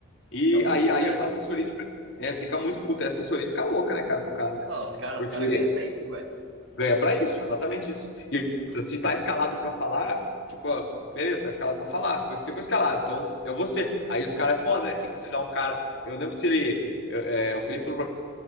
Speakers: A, on the left; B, on the right.
A: E
B: fica puto,
A: aí, aí
B: né?
A: a assessoria de imprensa é, fica muito puta. A assessoria fica louca, né, cara, pro cara, né?
B: Ah, os caras,
A: Porque
B: os caras ganham pra isso, velho.
A: ganha pra isso, exatamente isso. E outra, se tá escalado pra falar, tipo, ó, beleza, tá escalado pra falar. Você foi escalado, então é você. Aí os caras é foda, né? Tinha que tirar um cara. Eu lembro se ele. eu- é, o Felipe falou pra